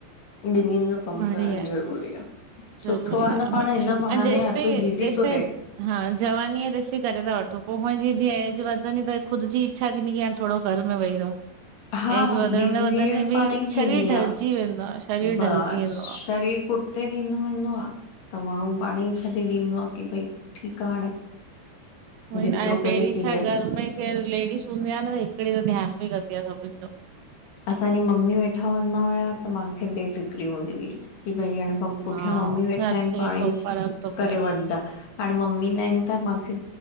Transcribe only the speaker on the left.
ॿिन्नि जो कमु
करणु
ज़रूरी आहे सुठो
आहे न पाण
हिन बहाने
हर
कोई बिज़ी
थो
रहे
हा,
धीरे
धीरे
पाण ई
थींदी आ।
बस,
शरीर पुठिते थीदों वेदों आ त माण्हू पाण ई छॾे ॾींदो आहे की भई ठीकु आहे हाणे
जेतिरो
करे सघियसि।
असांजी मम्मी वेठा हूंदा हुया त मांखे बेफ़िक्री हूंदी हुई की भई हाणे पप पुठियां
मम्मी वेठा
आहिनि
पाण
ई
करे वठंदा हाण मम्मी न आहिनि त माखे